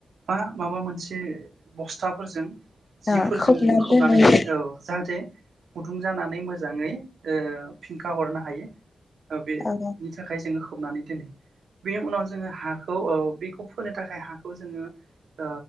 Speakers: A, on the right; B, on the left.
A: बा माबा मोनसे बस्थाफोरजों जिफोरजों
B: आ खोबना
A: जोङो खोबनानै
B: दोननाय जायो।
A: औ जाहाथे गुदुं जानानै मोजाङै ओ फिनखा हरनो हायो। ओ बे
B: औ
A: नि थाखाय जोङो खोबनानै दोनो। बेनि उनाव जोङो हाखौ औ बेखौ फोनो थाखाय हाखौ जोङो ओ